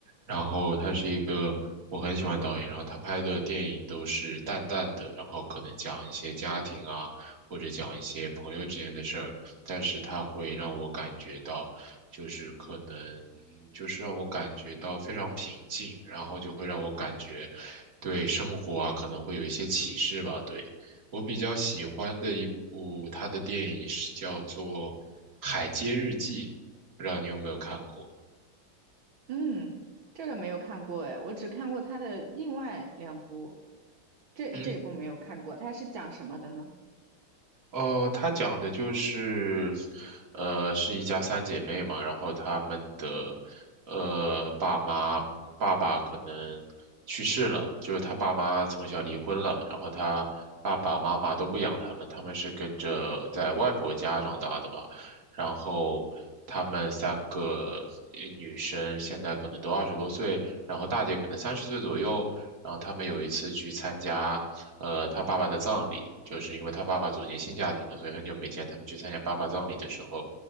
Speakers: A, on the right; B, on the right.
A: 然后他是一个我很喜欢导演，然后他拍的电影都是淡淡的，然后可能讲一些家庭啊，或者讲一些朋友之间的事儿，但是他会让我感觉到。就是可能就是让我感觉到非常平静，然后就会让我感觉对生活啊可能会有一些启示吧。对，我比较喜欢的一部他的电影是叫做《海街日记》，不知道你有没有看过？
B: 嗯，这个没有看过哎，我只看过他的另外两部，这这部没有看过，
A: 嗯，
B: 它是讲什么的呢？
A: 哦，他讲的就是，呃，是一家三姐妹嘛，然后她们的，呃，爸妈爸爸可能去世了，就是他爸妈从小离婚了，然后他爸爸妈妈都不养他们，他们是跟着在外婆家长大的吧，然后她们三个呃女生现在可能都二十多岁，然后大姐可能三十岁左右，然后她们有一次去参加。呃，他爸爸的葬礼，就是因为他爸爸组建新家庭了，所以很久没见。他们去参加爸爸葬礼的时候，